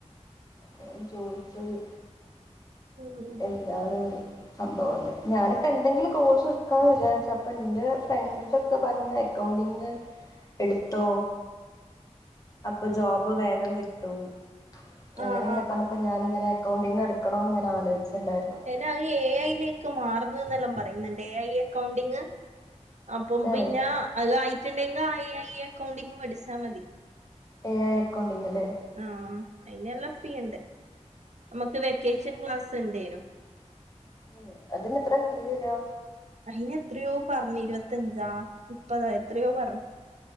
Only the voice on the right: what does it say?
ഉം
ആഹ്
ആഹ്
ആഹ്
പിന്നെ അഹ് എ ഐയിലേക്ക് മാറുന്ന് എന്നെല്ലാം പറയുന്ന്ണ്ട് എ ഐ അക്കൗണ്ടിങ്. അപ്പം
പിന്നെ അത് ആയിട്ടുണ്ടെങ്കിൽ ആ എ ഐ അക്കൗണ്ടിങ് പഠിച്ചാൽ മതി.
ആഹ് അയിന് എല്ലാം ഫീ ഇണ്ട് അമ്മക്ക് വെക്കേഷൻ ക്ലാസ് ണ്ടേനും
അയിന് എത്രയോ പറഞ് ഇരുപത്തഞ്ചാ മുപ്പതാ എത്രയോ പർന്